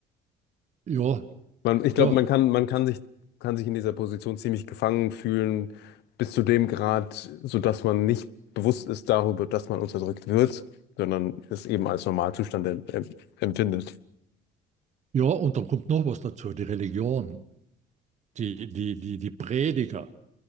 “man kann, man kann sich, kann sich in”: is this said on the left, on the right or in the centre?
Left